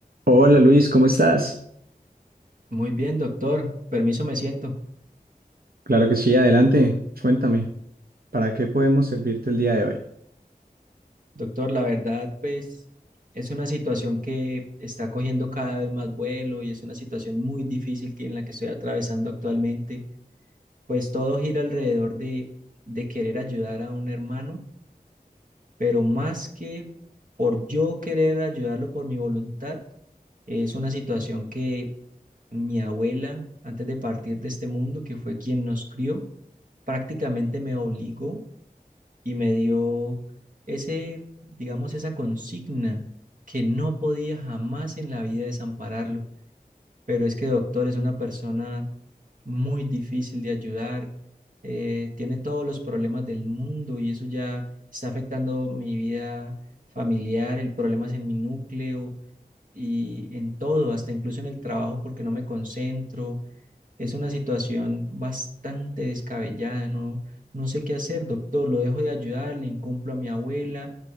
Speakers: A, on the right; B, on the right.
A: Hola Luis, ¿cómo estás?
B: Muy bien, doctor. Permiso, me siento.
A: Claro que sí, adelante. Cuéntame, ¿para qué podemos servirte el día de hoy?
B: Doctor, la verdad, pues es una situación que está cogiendo cada vez más vuelo y es una situación muy difícil que en la que estoy atravesando actualmente. Pues todo gira alrededor de, de querer ayudar a un hermano, pero más que por yo querer ayudarlo por mi voluntad, es una situación que mi abuela, antes de partir de este mundo, que fue quien nos crió, prácticamente me obligó y me dio ese, digamos, esa consigna que no podía jamás en la vida desampararlo. Pero es que doctor es una persona muy difícil de ayudar, eh, tiene todos los problemas del mundo y eso ya está afectando mi vida familiar, el problema es en mi núcleo y en todo, hasta incluso en el trabajo porque no me concentro. Es una situación bastante descabellada, no, no sé qué hacer, doctor, lo dejo de ayudar, le incumplo a mi abuela,